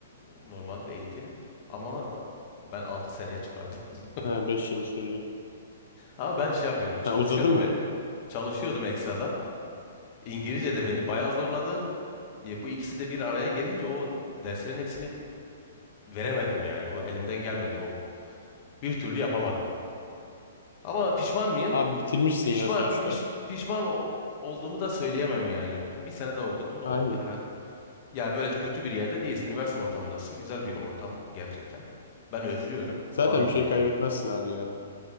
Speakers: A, on the left; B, on the left.
A: e, normal eğitim ama ben altı seneye çıkardım. <laughs>
B: Ha 5 yıl sürdü.
A: Ama ben şey yapıyordum, çalışıyordum.
B: Ha uzadı mı?
A: çalışıyordum ekstradan. İngilizce de beni bayağı zorladı. E, bu ikisi de bir araya gelince o derslerin hepsini veremedim yani. O elimden gelmedi o. Bir türlü yapamadım. Ama pişman mıyım?
B: Abi bitirmişsin
A: E, Pişman
B: ya sonuçta.
A: piş, pişman o- olduğumu da söyleyemem yani. Bir sene daha okudum ne
B: Aynen.
A: oldu? Ya, ya böyle kötü bir yerde değilsin. Üniversite ortamındasın. Güzel bir ortam gerçekten. Ben özlüyorum. Hala
B: Zaten
A: özlüyorum.
B: bir şey kaybetmezsin abi ya.